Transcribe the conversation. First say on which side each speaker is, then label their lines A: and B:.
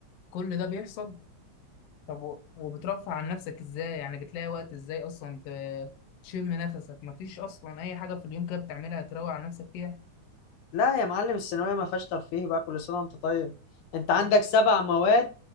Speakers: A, on the left (about 65°); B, on the left (about 80°).
A: كل ده بيحصل طب و- وبترفع عن نفسك ازاي يعني بتلاقي وقت ازاي اصلا ت- تشم نفسك مفيش اصلا اي حاجة في اليوم كده بتعملها تروق على نفسك فيها
B: لا يا معلم الثانوية ما فيهاش ترفيه بقى كل سنة وانت طيب انت عندك
A: أه،
B: سبع مواد